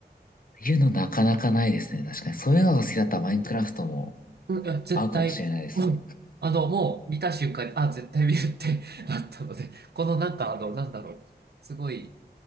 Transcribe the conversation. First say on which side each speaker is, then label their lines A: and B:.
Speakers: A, on the left; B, on the right.
A: いうのなかなかないですね。確かに。そういうのが好きだったらマインクラフトも
B: うん、いや、絶対、
A: 合うかもしれないです。
B: もう、あの、もう見た瞬間に、あ、絶対見るって <laughs> なったので、このなんか、あの、なんだろう、すごい、